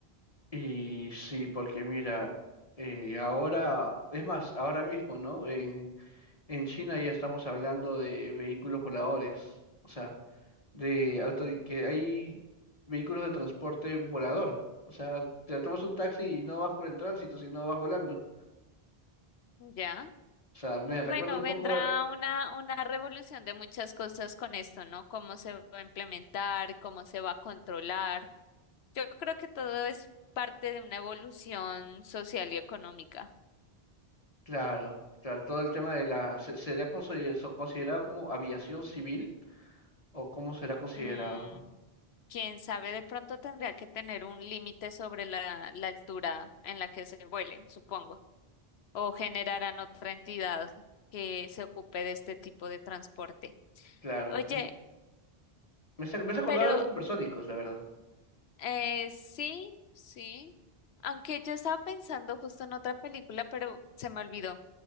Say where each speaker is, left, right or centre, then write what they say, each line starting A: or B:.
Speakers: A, on the left (about 35°); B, on the left (about 80°).
A: Y sí, porque mira, eh, ahora, es más, ahora mismo, ¿no? En, en China ya estamos hablando de vehículos voladores, o sea, de auto, que hay vehículos de transporte volador. O sea, te tomas un taxi y no vas por el tránsito, sino vas volando.
B: ¿Ya?
A: O sea, me recuerda
B: Bueno,
A: un
B: vendrá
A: poco, a-
B: una, una revolución de muchas cosas con esto, ¿no? Cómo se va a implementar, cómo se va a controlar. Yo creo que todo es parte de una evolución social y económica.
A: claro, claro, todo el tema de la, se, sería consider- so- considerado como aviación civil o cómo será considerado.
B: Mm, quién sabe, de pronto tendría que tener un límite sobre la, la altura en la que se vuele, supongo, o generarán otra entidad que se ocupe de este tipo de transporte.
A: Claro,
B: Oye,
A: me hace, me hace acordar
B: pero
A: a los supersónicos, la verdad.
B: Eh, sí, sí. Aunque yo estaba pensando justo en otra película, pero se me olvidó.